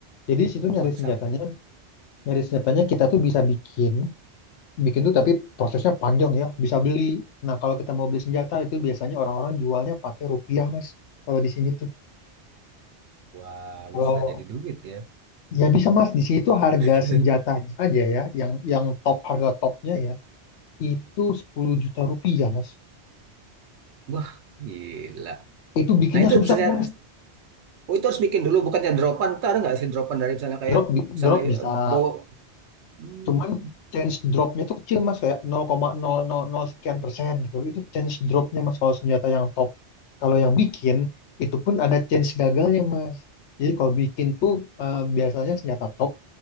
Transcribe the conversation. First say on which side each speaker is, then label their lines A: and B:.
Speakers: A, on the left; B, on the right.
A: Jadi di situ
B: Oh
A: nyari
B: Batam.
A: senjatanya, nyari senjatanya kita tuh bisa bikin. bikin tuh tapi prosesnya panjang ya, bisa beli. Nah, kalau kita mau beli senjata itu biasanya orang-orang jualnya pakai rupiah, Mas. Kalau di sini tuh.
B: Wah
A: Kalau
B: bisa jadi duit ya.
A: ya bisa, Mas, di sini tuh harga
B: <laughs>
A: senjatanya aja ya, yang yang top harga topnya ya, itu 10 juta rupiah, Mas.
B: Wah gila.
A: Itu bikinnya
B: Nah itu
A: susah,
B: misalnya
A: Mas.
B: Oh, itu harus bikin dulu, bukannya dropan. Ntar ada nggak sih dropan dari misalnya kayak,
A: Drop bi-
B: misalnya
A: drop bisa
B: eh, bo, hmm,
A: Cuman chance dropnya tuh kecil mas kayak 0,000 sekian persen gitu. Itu chance dropnya mas kalau senjata yang top. Kalau yang bikin itu pun ada chance gagalnya mas. Jadi kalau bikin tuh eh, biasanya senjata top